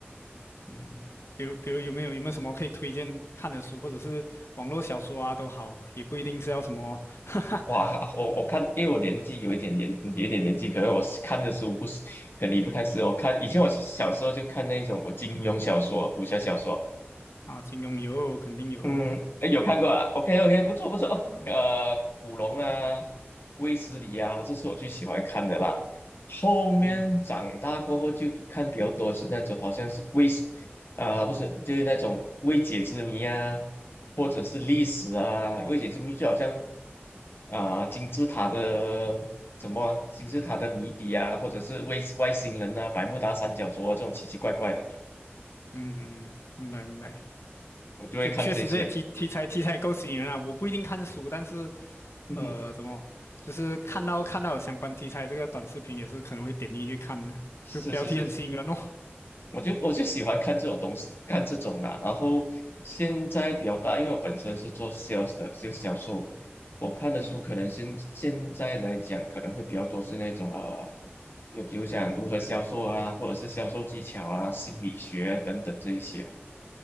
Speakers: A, on the left; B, on the left.
A: 嗯，比如比如有没有有没有什么可以推荐看的书，或者是网络小说啊都好，也不一定是要什么 <laughs>
B: 哇，我我看，因为我年纪有一点年，有一点年纪，可能我看的书不是，可能你不太适合。我看以前我小时候就看那种我金庸小说、武侠小说，
A: 啊，金庸有，肯定有，
B: 嗯，哎有看过啊？OK OK，不错不错。
A: 嗯
B: 呃，古龙啊，卫斯理啊，这是我最喜欢看的啦。后面长大过后就看比较多是那种好像是卫斯啊、
A: 嗯
B: 不是就是那种未解之谜啊，或者是历史啊。未解之谜就好像啊、金字塔的什么啊金字塔的谜底啊，或者是外外星人啊，百慕达三角洲啊这种奇奇怪怪的，
A: 嗯嗯，明白明白。
B: 我就会看这些。
A: 确确实这些题题材题材够吸引人啊！我不一定看书，但是
B: 嗯，
A: 呃，
B: 嗯
A: 怎么就是看到看到有相关题材这个短视频，也是可能会点进去看的，
B: 是是是，
A: 就标题很吸引人哦。
B: 我就我就喜欢看这种东西，看这种的。然后现在比较大，因为我本身是做 sales 的，就销售。我看的书可能现现在来讲，
A: 嗯
B: 可能会比较多是那种呃，就比如像如何销售啊，或者是销售技巧啊、心理学啊等等这一些，